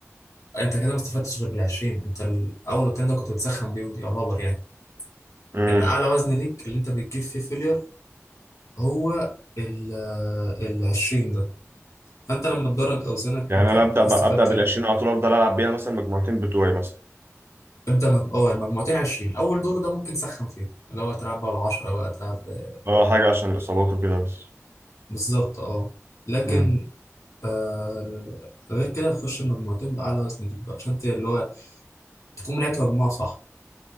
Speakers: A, on the left; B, on the right.
A: انت كده ما استفدتش غير بال 20 انت الاول والتاني ده كنت بتسخن بيهم يعتبر يعني
B: امم
A: ان اعلى وزن ليك اللي انت بتجيب فيه فيلير هو ال ال 20 ده فانت لما تدرج اوزانك
B: يعني
A: انت
B: انا ابدا بقى
A: استفدت
B: ابدا بال
A: ايه؟
B: 20 على طول افضل العب بيها مثلا مجموعتين بتوعي مثلا
A: ابدا مج... اه المجموعتين 20 اول دور ده ممكن تسخن فيه اللي هو تلعب بقى ب 10 بقى تلعب ب-
B: اه حاجه عشان الاصابات وكده بس
A: بالظبط اه لكن
B: إمم.
A: آه غير كده تخش المجموعتين باعلى وزن ليك بقى عشان ت- اللي هو تكون لعبت مجموعه صح